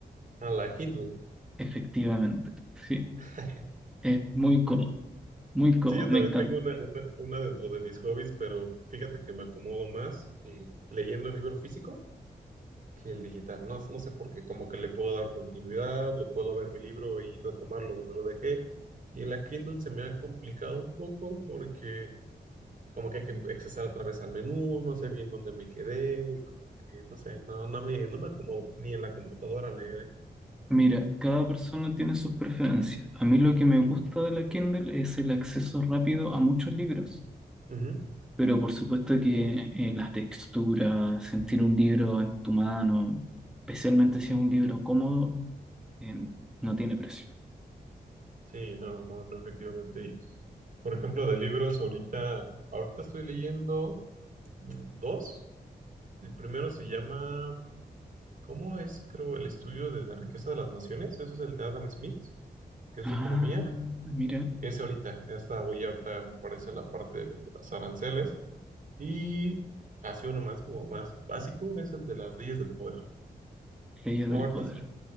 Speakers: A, on the right (about 50°); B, in the centre.
A: A la Kindle.
B: Efectivamente, sí,
A: <laughs>
B: es muy cómodo, muy cómodo,
A: Sí, yo también
B: me encanta.
A: tengo una, una, una dentro de mis hobbies, pero fíjate que me acomodo más eh, leyendo el libro físico que el digital. No, no sé por qué, como que le puedo dar continuidad, lo puedo ver mi libro y retomarlo donde lo dejé. Y en la Kindle se me ha complicado un poco porque como que hay que accesar otra vez al menú, no sé bien dónde me quedé, y como que no sé, no, no me, no me acomodo ni en la computadora a leer,
B: Mira, cada persona tiene sus preferencias. A mí lo que me gusta de la Kindle es el acceso rápido a muchos libros.
A: ¿eh? Ujú.
B: Pero por supuesto que eh, las texturas, sentir un libro en tu mano, especialmente si es un libro cómodo, eh, no tiene precio.
A: Sí, no, no, no, efectivamente. Y, por ejemplo, de libros, ahorita, ahorita estoy leyendo. mm, dos. El primero se llama, ¿cómo es, creo, el estudio de la riqueza de las naciones? Eso es el de Adam Smith, que es
B: Ah,
A: de economía.
B: mira,
A: Ese ahorita, esta voy ahorita, me parece, en la parte de, lo de las aranceles. Y así uno más, como más básico, es el de las leyes del poder.
B: Leyes
A: Ahorita
B: del Poder.
A: son,